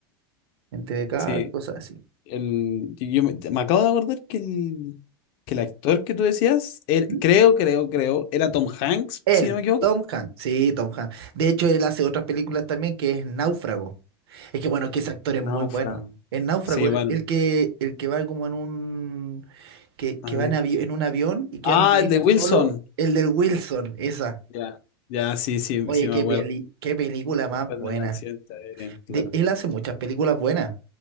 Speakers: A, on the right; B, on the left.
A: en TVK
B: Sí.
A: y cosas así.
B: El, yo me, me acabo de acordar que el, que el actor que tú decías, er-
A: ¿Mm?
B: creo, creo, creo, era Tom Hanks,
A: Él,
B: si no me equivoco.
A: Tom Hanks, sí, Tom Hanks. De hecho, él hace otras películas también que es Náufrago. Es que bueno, que ese actor es
B: Náufrago.
A: muy bueno. En Náufrago,
B: Sí,
A: el,
B: bueno.
A: el que el que va como en un que,
B: A
A: que va
B: ver.
A: en, avi- en un avión y queda
B: Ah,
A: en una isla
B: el de Wilson.
A: solo, el del Wilson, esa.
B: Ya, ya, sí, sí,
A: Oye,
B: sí me
A: qué
B: acuerdo.
A: peli, qué película más
B: Después
A: buena.
B: del accidente aéreo, claro.
A: De, él hace muchas películas buenas.